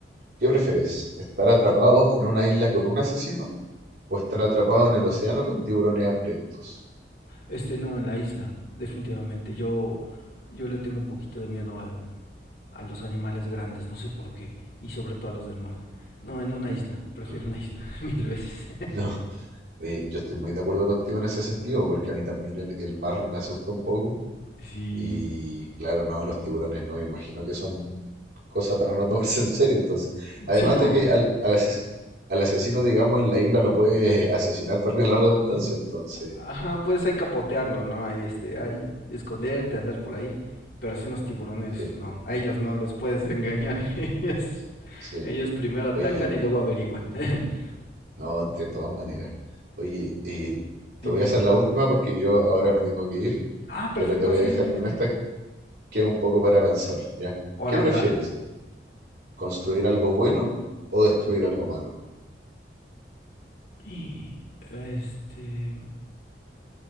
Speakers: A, on the right (about 65°); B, on the left (about 60°).
A: ¿Qué prefieres? ¿Estar atrapado en una isla con un asesino o estar atrapado en el océano con tiburones hambrientos?
B: Este no, en la isla, definitivamente. Yo, yo le tengo un poquito de miedo al, a los animales grandes, no sé por qué. Y sobre todo a los del mar. No, en una isla. Prefiero
A: Claro.
B: una isla <laughs> mil veces.
A: No, Oye, yo estoy muy de acuerdo contigo en ese sentido, porque a mí también el, el mar me asusta un poco.
B: Sí,
A: Y claro, no, los tiburones no me imagino que son cosa para no tomarse en serio. Entonces, además
B: sí, no,
A: de que al, al, ases- al asesino, digamos, en la isla lo puede asesinar, valga la redundancia. Entonces,
B: Ajá, puedes ahí capotearlo, ¿no? Ahí, este, ahí, esconderte, andar por ahí. Pero si los tiburones,
A: sí,
B: no. A ellos no, los puedes engañar. <laughs> Ellos,
A: sí.
B: ellos primero atacan
A: Oye,
B: y luego averiguan. <laughs>
A: no, de todas maneras. Oye, eh, te
B: dime,
A: voy
B: dime.
A: a hacer la última porque yo ahora me tengo que ir,
B: Ah, perfecto,
A: pero te voy
B: sí,
A: a dejar
B: dime,
A: con
B: dime.
A: esta que es un poco para pensar, ¿ya?
B: Órale,
A: ¿Qué prefieres?
B: va.
A: ¿Construir algo bueno o destruir algo malo?
B: Y, Este.